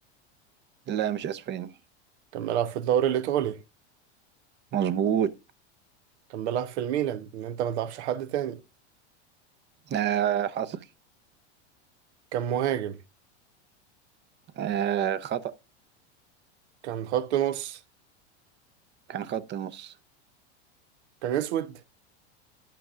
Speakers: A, on the right; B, on the right.
A: لا مش اسباني
B: كان بيلعب في الدوري الايطالي
A: مظبوط
B: كان بيلعب في الميلان ان انت ما تلعبش حد تاني
A: آه حصل
B: كان مهاجم
A: آه خطأ
B: كان خط نص
A: كان خط نص
B: كان اسود